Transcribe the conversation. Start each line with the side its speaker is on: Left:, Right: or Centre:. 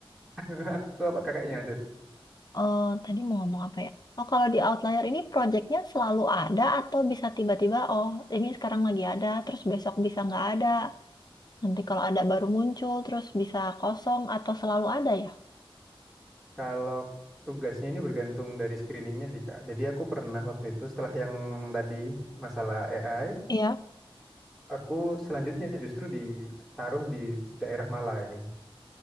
Centre: <laughs> Aku apa kakaknya lanjut.
Left: Eh, tadi mau ngomong apa ya? Oh, kalau di outlier ini projectnya selalu ada atau bisa tiba-tiba, oh ini sekarang lagi ada, terus besok bisa nggak ada. Nanti kalau ada baru muncul, terus bisa kosong atau selalu ada ya?
Centre: Kalau tugasnya ini bergantung dari screeningnya sih kak. Jadi aku pernah waktu itu setelah yang tadi masalah AI,
Left: Iya.
Centre: Aku selanjutnya justru ditaruh di daerah Malai.